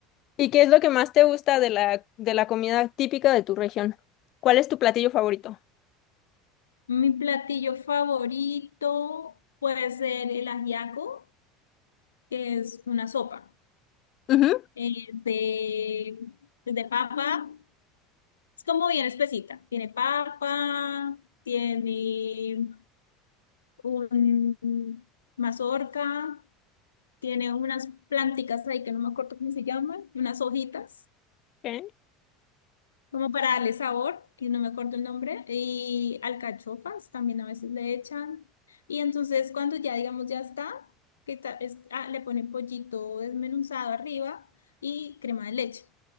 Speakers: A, on the left; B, on the left.
A: ¿Y qué es lo que más te gusta de la, de la comida típica de tu región? ¿Cuál es tu platillo favorito?
B: Mi platillo favorito puede ser el ajiaco, que es una sopa
A: Ujú.
B: eh, de, de papa. Es como bien espesita. Tiene papa, tiene un mazorca, Tiene unas plánticas ahí que no me acuerdo cómo se llaman, y unas hojitas,
A: Ok.
B: como para darle sabor, y no me acuerdo el nombre, y alcachofas también a veces le echan. Y entonces cuando ya, digamos, ya está, que ta- es- ah, le ponen pollito desmenuzado arriba y crema de leche.